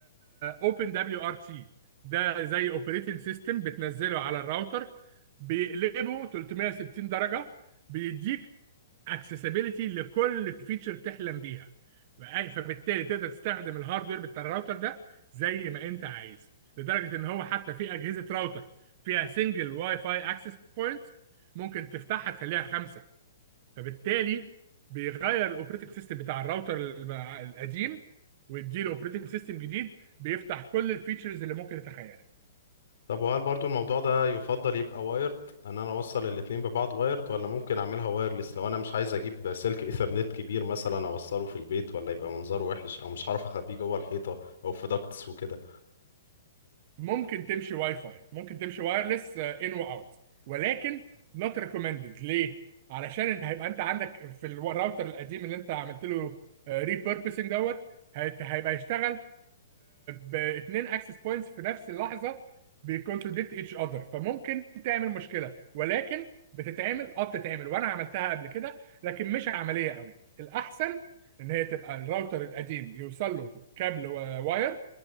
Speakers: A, on the right (about 30°); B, on the left (about 60°).
A: اوبن دبليو ار تي ده زي اوبريتنج سيستم بتنزله على الراوتر بيقلبه 360 درجه بيديك اكسسبيليتي لكل فيتشر تحلم بيها بأي- فبالتالي تقدر تستخدم الهاردوير بتاع الراوتر ده زي ما انت عايز لدرجه ان هو حتى في اجهزه راوتر فيها سنجل واي فاي اكسس بوينت ممكن تفتحها تخليها خمسه فبالتالي بيغير الاوبريتنج سيستم بتاع الراوتر الب- القديم ويديله اوبريتنج سيستم جديد بيفتح كل الفيتشرز اللي ممكن تتخيلها
B: طب وهل برضو الموضوع ده يفضل يبقى وايرد ان انا اوصل الاتنين ببعض وايرد ولا ممكن اعملها وايرلس لو انا مش عايز اجيب سلك ايثرنت كبير مثلا اوصله في البيت ولا يبقى منظره وحش او مش هعرف اخبيه جوه الحيطه او في داكتس وكده
A: ممكن تمشي واي فاي ممكن تمشي وايرلس ان واوت ولكن نوت ريكومندد ليه علشان انت هيبقى انت عندك في الو- الراوتر القديم اللي انت عملت له ريبيربسنج دوت هيت- هيبقى يشتغل باثنين اكسس بوينتس في نفس اللحظه بيكونتراديكت ايتش اذر فممكن تعمل مشكله ولكن بتتعمل اه بتتعمل وانا عملتها قبل كده لكن مش عمليه قوي الاحسن ان هي تبقى الراوتر القديم يوصل له كابل وايرد